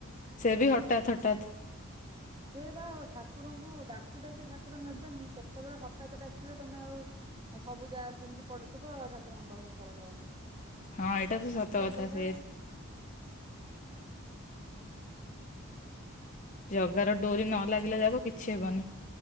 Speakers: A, on the left; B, on the right.
A: ସେ ବି ହଠାତ୍ ହଠାତ୍
B: ହେ ବା ଠାକୁରଙ୍କୁ ଡାକି ଡାକି ଠାକୁର ନେବେନି କେତେବେଳେ ହଠାତ ଡାକିବେ ତମେ ଆଉ ସବୁ ଯାହା ଯେମିତି ପଡିିଥିବ ଠାକୁରଙ୍କ ପାଖକୁ ପଳେଇବ
A: ହଁ ଏଇଟା ତ
B: ତାଙ୍କ
A: ସତ କଥା
B: ଲୀଳା
A: ସେ ଜଗାର ଡୋରି ନ ଲାଗିଲା ଯାକ କିଛି ହେବନି